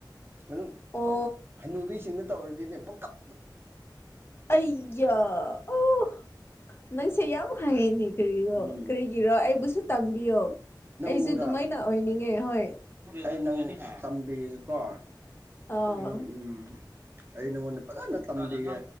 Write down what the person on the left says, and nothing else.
ꯑꯣ
ꯑꯩꯌꯥ ꯑꯣ ꯅꯪꯁꯦ ꯌꯥꯝ ꯍꯥꯏꯌꯦꯅꯦ ꯀꯔꯤꯔꯣ
ꯀꯔꯤꯒꯤꯔꯣ ꯑꯩꯕꯨꯁꯨ ꯇꯝꯕꯤꯌꯣ
ꯑꯩꯁꯨ ꯑꯗꯨꯃꯥꯏꯅ ꯑꯣꯏꯅꯤꯡꯉꯦ ꯍꯣꯏ
ꯑꯥ